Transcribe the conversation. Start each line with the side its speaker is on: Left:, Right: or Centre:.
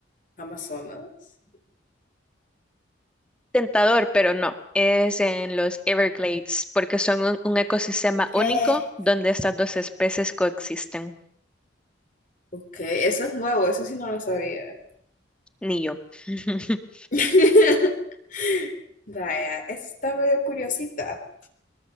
Left: Amazonas.
Centre: Tentador, pero no. Es en los Everglades, porque son un, un ecosistema
Left: ¿Qué?
Centre: único donde estas dos especies coexisten.
Left: Ok, eso es nuevo, eso sí no lo sabía.
Centre: Ni yo. <laughs>
Left: <laughs> Vaya, está medio curiosita.